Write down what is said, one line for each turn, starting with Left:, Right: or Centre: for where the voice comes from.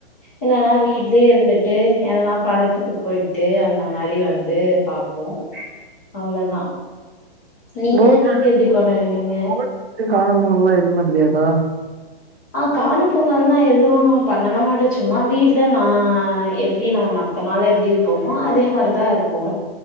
Left: இல்லனா வீட்லயே இருந்துட்டு எதுனா படத்துக்கு போய்ட்டு அந்த மாரி வந்து பாப்போ அவ்ளோதா நீங்க
Right: போகி
Left: நீங்க எப்டி கொண்டாடுவீங்க
Right: போகி அன்னைக்கு காணும் பொங்கல்லா எதுமே கெடயாதா
Left: ஆ காணு பொங்கல்ல்லா எதுவு பண்ணலா மாட்டோ சும்மா வீட்ல நா எப்டி நம்ம ம த்த நாள்ல எப்டி இருப்போமோ அதே மாரிதா இருப்போ